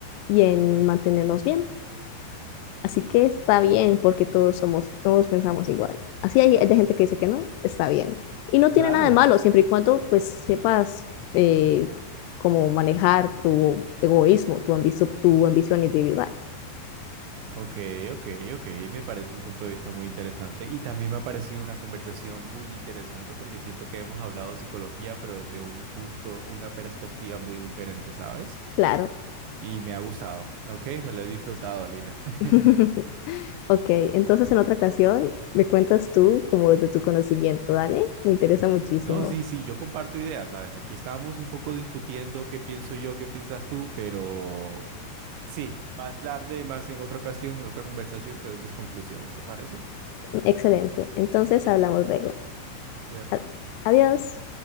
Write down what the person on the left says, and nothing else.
y en mantenernos bien. Así que está bien porque todos somos, todos pensamos igual. Así hay, hay gente que dice que no, está bien. Y no tiene
nada de malo, siempre y cuando pues sepas eh, cómo manejar tu egoísmo, tu ambición, tu ambición individual.
Claro.
<laughs> Ok, entonces en otra ocasión me cuentas tú como de tu conocimiento, ¿dale? Me interesa muchísimo.
Excelente. Entonces
hablamos luego.
A- Adiós.